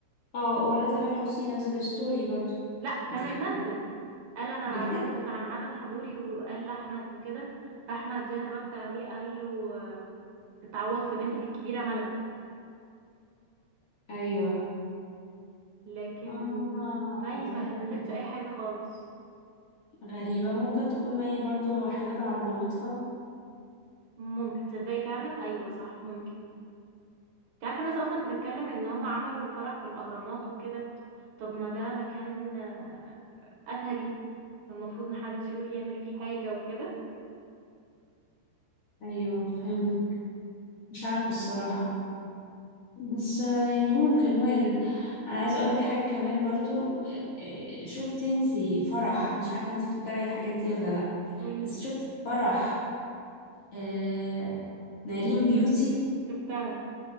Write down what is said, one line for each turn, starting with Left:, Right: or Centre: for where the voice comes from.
Left: اه ولا تامر حسني نزل ستوري برضو
Right: لا
Left: دي
Right: تامر
Left: حاجه
Right: نزل قال أنا
Left: بجد
Right: بعتذر عن عدم حضوري وقال لأحمد وكده فأحمد زاهر رد عليه قال له آه، تتعوض في بنتك الكبيرة ملك
Left: ايوه
Right: لكن
Left: اه
Right: مي ما
Left: فهمت
Right: نزلتش اي حاجه خالص
Left: غريبه ممكن تكون مي برضو حداد على مامتها
Right: ممكن تصدقي فعلا ايوه صح ممكن انت عارفه الناس اصلا بتتكلم ان هم عملوا الفرح في الاهرامات وكده طب ما ده مكان آه، اثري المفروض محدش يروح يعمل فيه حاجه وكده
Left: ايوه فهمتك مش عارفه الصراحه بس آه، يعني ممكن وارد انا عايزه اقولك حاجه كمان برضو إيه، شفت انتي فرح مش عارفه انتي بتتابعي الحاجات دي ولا لا
Right: قوليلي
Left: بس شفت فرح آه نارين بيوتي
Right: شفتها